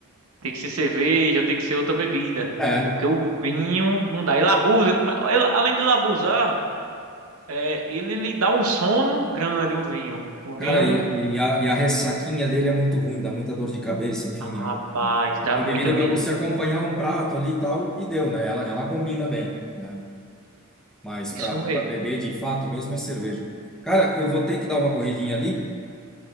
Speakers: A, on the right; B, in the centre.
A: Tem que ser cerveja ou tem que ser outra bebida.
B: É,
A: Porque o vinho não dá. Ele abusa, ele come- ele- além de ele abusar, é, ele lhe dá um sono grande, o vinho. O
B: cara,
A: vinho,
B: e, e a, e a ressaquinha dele é muito ruim, dá muita dor de cabeça, enfim.
A: ah,
B: É,
A: rapaz,
B: é
A: dá
B: É uma
A: muita
B: bebida
A: mesmo.
B: para você acompanhar um prato ali e tal, e deu, né? Ela, ela combina bem, né? Mas
A: Isso
B: para
A: mesmo.
B: beber de fato mesmo é cerveja. Cara, eu vou ter que dar uma corridinha ali,